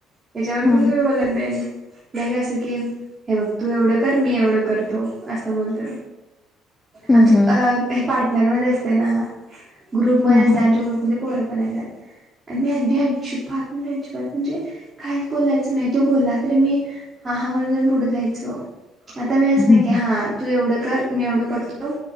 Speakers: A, on the right; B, on the left.
A: त्याच्यावर
B: हा
A: पण मी बोलत नाही. ल का असं की, हे बघ तू एवढं कर, मी एवढं करतो असं बोलत.
B: हम्म
A: आमच्या
B: हम्म
A: अ हे पार्टनरमध्येध्ये असते ना. ग्रुपमध्ये
B: हा
A: असले,
B: हा.
A: आमच्या ग्रुपमध्ये पोर पण येत आता. आणि मी अधदी अजिबात म्हणजे अजिबात म्हणजे काहीच बोलायचं नाही, तो बोलला त मी महामनोरंजन पुढं जायचं आता मी असं
B: हम्म
A: नाही की हा तू एवढं कर मी एवढं करतो